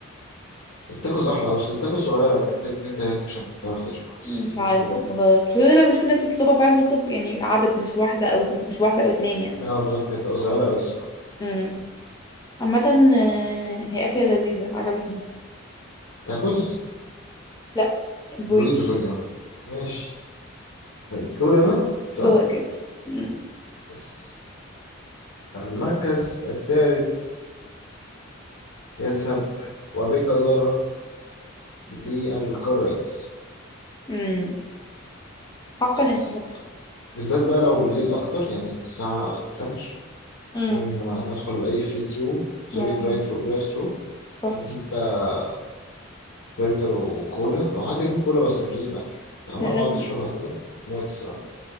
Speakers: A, on the left; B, on the left.
A: التاكوز احلى آه، بس التاكوز صغيره يعني محتاج اتنين تلاته عشان تعرف تشبع بس
B: مش
A: دي
B: عارفه
A: مشكلتها
B: بقى ما جربتش دايما بشوف الناس اللي بتطلبها فعلا بتطلب يعني عدد مش واحده او اتن- مش واحده او اتنين يعني
A: اه بالظبط هي بتبقى صغيره قوي الصراحه
B: امم عامه آه، هي اكله لذيذه عجبتني
A: تاكوز
B: لا البوريتو
A: البوريتو سوري اه ماشي طيب دور انا صح
B: دورك انت امم
A: بس المركز الثالث يذهب وبجدارة للكرايتس
B: أمم. حقا
A: يس
B: يستحق
A: بالذات بقى لو بالليل أكتر يعني الساعة الفجر
B: امم
A: ونحاول ندخل أي فري ثرو سوري
B: يا لهوي
A: درايف ثرو درايف ثرو
B: تحفة.
A: ونجيب بقى برجر وكولا او حتى نجيب كولا بس مش لازم اكل فاهمة
B: لا
A: نقعد
B: لازم
A: نشربها
B: أكل
A: كده موت الصراحة